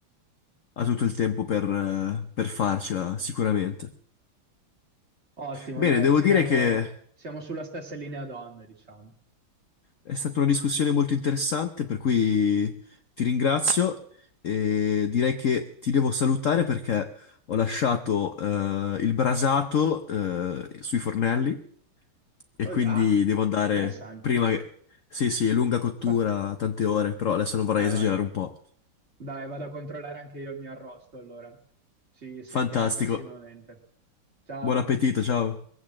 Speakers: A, on the left; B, on the right.
A: Ha tutto il tempo per eh, per farcela, sicuramente.
B: Ottimo,
A: Bene,
B: dai,
A: devo
B: diremo,
A: dire che
B: siamo sulla stessa linea d'onda, diciamo.
A: È stata una discussione molto interessante, per cui ti ringrazio e direi che ti devo salutare perché ho lasciato eh, il brasato eh, sui fornelli e
B: Oh,
A: quindi
B: ah,
A: devo andare
B: interessante.
A: prima che... Sì, sì, è lunga cottura,
B: Ah,
A: tante ore, però adesso non vorrei
B: ah,
A: esagerare
B: vai.
A: un po'.
B: Dai, vado a controllare anche io il mio arrosto allora. Ci sentiamo
A: Fantastico.
B: prossimamente. Ciao.
A: Buon appetito, ciao.